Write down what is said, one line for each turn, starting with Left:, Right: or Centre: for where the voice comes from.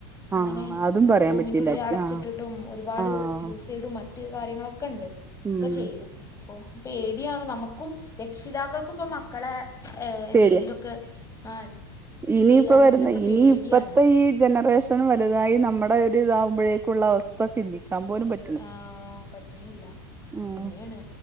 Left: ഇങ്ങനെ
Right: ആഹ് അതും പറയാൻ
Left: റൂമിന്റെ
Right: പറ്റില്ല
Left: ഉള്ളില് അടച്ചിട്ടിട്ടും
Right: ആഹ്
Left: ഒരുപാട്
Right: ആഹ്
Left: സ്യൂസൈഡും മറ്റും <unintelligible> കാര്യങ്ങളൊക്കെ ണ്ട്
Right: ഉം
Left: ഒക്കെ ചെയ്യും അപ്പൊ പേടിയാണ് നമക്കും രക്ഷിതാക്കൾക്കും ഇപ്പൊ മക്കളെ ഏഹ് എന്തെങ്കിലൊക്കെ
Right: പേടിയാ
Left: ആഹ്
Right: ഇനിയിപ്പ
Left: ചെയ്യാനും
Right: വരുന്ന
Left: ഇതിനൊക്കെ
Right: ഇനിയിപ്പത്തെ
Left: പേടിയാണ്
Right: ഈ ജനറേഷൻ <unintelligible> വലുതായി നമ്മടെ ഒരു ഇതാവുമ്പഴേക്കുള്ള അവസ്ഥ ചിന്തിക്കാൻ പോലും പറ്റൂ
Left: ആഹ് പറ്റുന്നില്ല
Right: ഉം
Left: <unintelligible>